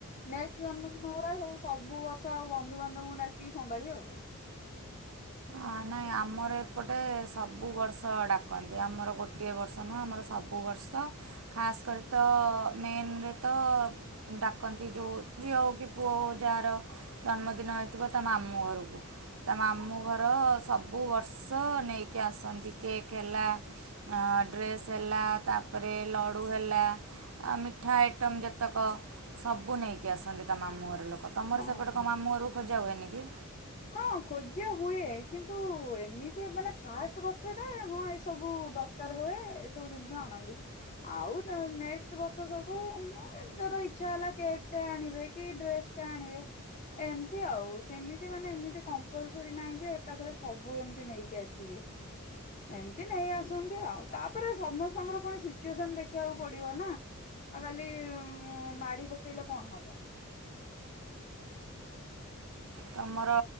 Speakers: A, on the left; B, on the right.
A: ନେକ୍ସଟ ଜନ୍ମଦିନ ଗୁରା ସ ସବୁ ବର୍ଷ ଆଉ ବନ୍ଧୁବାନ୍ଧବଙ୍କୁ ଡାକିକି ସମ୍ଭାଳି ହବ?
B: ଆ ନାଇ ଆମର ଏପଟେ ସବୁ ବର୍ଷ ଡାକନ୍ତି, ଆମର ଗୋଟିଏ ବର୍ଷ ନୁହିଁ ଆମର ସବୁ ବର୍ଷ ଖାସ କରି ତ ମେନରେ ତ ଡାକନ୍ତି ଯୋଉ ଝିଅ ହୋଉ କି ପୁଅ ହୋଉ ଯାହାର ଜନ୍ମଦିନ ହେଇଥିବ ତା ମାମୁଁ ଘରୁକୁ, ତା ମାମୁଁ ତ ସବୁ ବର୍ଷ ନେଇକି ଆସନ୍ତି, କେକ୍ ହେଲା ଡ୍ରେସ୍ ହେଲା, ତାପରେ ଲଡ଼ୁ ହେଲା ଆ ମିଠା ଆଇଟମ୍ ଯେତେକ, ସବୁ ନେଇକି ଆସନ୍ତି ତା ମାମୁଁ ଘର ଲୋକ। ତମର
A: ହଁ
B: ସେପଟେ କଅ ମାମୁଁ ଘରକୁ ଖୋଜା ହୁଏନି କି?
A: ହଁ ଖୋଜା ହୁଏ, କିନ୍ତୁ ଏମିତି ମାନେ ଫାଷ୍ଟ ବର୍ଷ ଟା ହଁ ଏସବୁ ଦରକାର ହୁଏ ଏସବୁ ଜିନିଷ ଆଣନ୍ତି ଆଉ ନ ବର୍ଷ ସବୁ ଛ ହେଲା କେକ୍ ଟେ ଆଣିବେ କି ଡ୍ରେସ୍ ଟେ ଆଣିବେ ଏମତି ଆଉ ସେମିତି ମାନେ ଏମିତି କମ୍ପଲସରୀ ନାହିଁ ଯେ ଏକାଥରେ ସବୁ ଏମିତି ନେଇକି ଆସ କିଏ? ଏମିତି ନେଇ ଆସନ୍ତି ଆଉ ତାପରେ ସମସ୍ତଙ୍କର ପୁଣି ସିଚୁଏସନ ଦେଖିବାକୁ ପଡିବ ନା। ଆଉ ଖାଲି ଉ ମାଡି ପକେଇଲେ କଣ ହବ?
B: ତମର